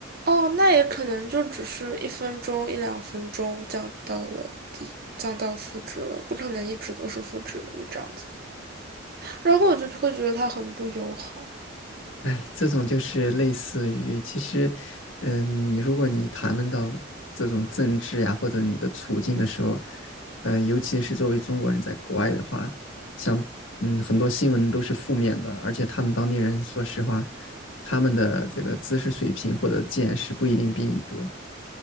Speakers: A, on the right; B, on the left.
A: 哦，那也可能就只是一分钟、一两分钟降到了低，降到负值了，不可能一直都是负值的，就这样子。然后我就会觉得他很不友好。
B: 哎，这种就是类似于，其实，嗯，你如果你谈论到这种政治呀、或者你的处境的时候，呃，尤其是作为中国人在国外的话，像嗯很多新闻都是负面的，而且他们当地人说实话，他们的这个知识水平或者见识不一定比你多，